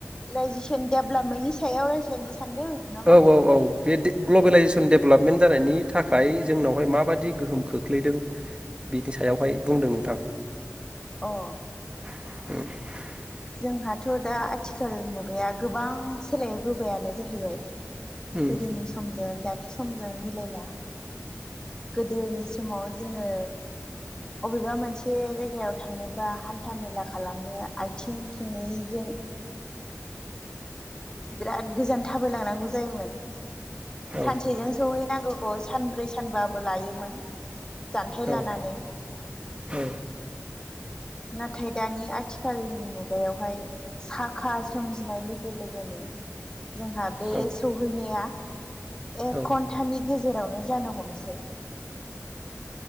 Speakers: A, on the left (about 15°); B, on the right (about 20°).
A: लाइजेसन डेभलपमेन्टनि सायाव रायज्लायनो सानदों नामा
B: औ औ औ बे दे ग्लबेेलइजेसन डेभलप <unintelligible> जानायनि थाखाय जोंनावहाय माबायदि गोहोम खोख्लैदों बिनि सायावहाय बुंदों नोंथां।
A: अ।
B: <inaudible>
A: जोंहाथ दा आथिखाल मुगाया गोबां सोलायबोबायानो जाहैबाय
B: उम
A: गोदोनि समजों दानि समजों मिलायला गोदोनि समाव जोङो अबेबा मोनसे जायगायाव थांनोबा हान्था मेला खालामनो आ थिं थोंनैजों बिराद गोजान थाबायलांनांगौ जायोमोन।
B: औ
A: सानसेजों सौहैनांगौ अ सानब्रै सानबाबो लायोमोन जान्थाय
B: औ
A: लानानै।
B: औ
A: नाथाय दानि आथिखालनि मुगायावहाय साखा सोमजिनाय लो लोगो लोगोनो जोंहा बे
B: औ
A: सौहैनाया एक
B: औ
A: घन्टानि गेजेरावनो जानो हमसै। <inaudible>